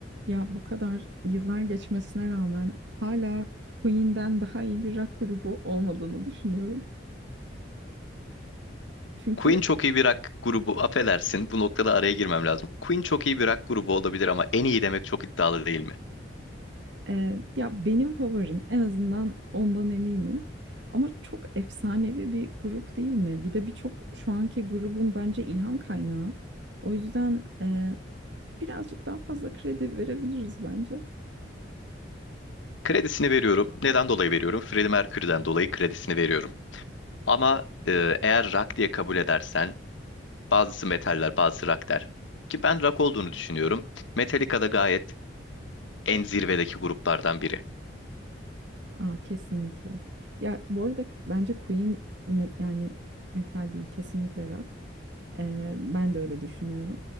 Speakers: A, on the right; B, on the left.
A: Ya bu kadar yıllar geçmesine rağmen hala Queen'den daha iyi bir rock grubu olmadığını düşünüyorum. Çünkü
B: Queen çok iyi bir rock grubu. Affedersin, bu noktada araya girmem lazım. Queen çok iyi bir rock grubu olabilir ama en iyi demek çok iddialı değil mi?
A: e, ya benim favorim en azından ondan eminim. Ama çok efsanevi bir grup değil mi? Bir de birçok şu anki grubun bence ilham kaynağı. O yüzden e, birazcık daha fazla kredi verebiliriz bence.
B: Kredisini veriyorum. Neden dolayı veriyorum? Freddie Mercury'den dolayı kredisini veriyorum. Ama e, eğer rock diye kabul edersen bazısı metaller, bazısı rock der. Ki ben rock olduğunu düşünüyorum. Metallica da gayet en zirvedeki gruplardan biri.
A: Aa, kesinlikle. Ya bu arada bence Queen me- yani metal değil kesinlikle rock. Eee, ben de öyle düşünüyorum.